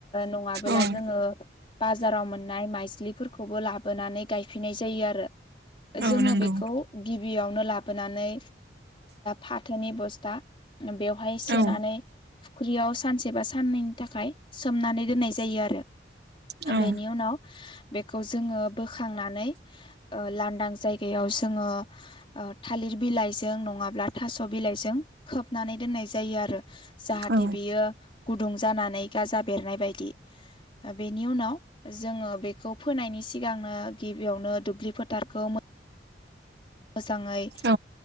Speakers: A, on the left; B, on the right.
A: नङाबोला
B: औ
A: जोङो बाजाराव मोननाय माइस्लिफोरखौ खौबो लाबोनानै गायफिनाय जायो आरो
B: औ
A: जोङो
B: नंगौ
A: बेखौ गिबियावनो लाबोन फनानै फाथोनि बस्था बेयावहाय सोनानै
B: औ
A: फुख्रियाव सानसे बा साननैनि थाखाय सोमनानै दोननाय जायो आरो-
B: औ
A: बेनि उनाव बेखौ जोङो बोखांनानै लांदां जायगायाव जोङो थालिर बिलाइजों नङाब्ला थास' बिलाइजों खोबनानै दोननाय जायो आरो जाहाथे
B: औ
A: बियो गुदुं जानानै गाजा बेरनाय बायदि। बेनि उनाव जोङो बेखौ फोनायनि सिगांनो गिबियावनो दुब्लि फोथारखौ मोजाङै
B: औ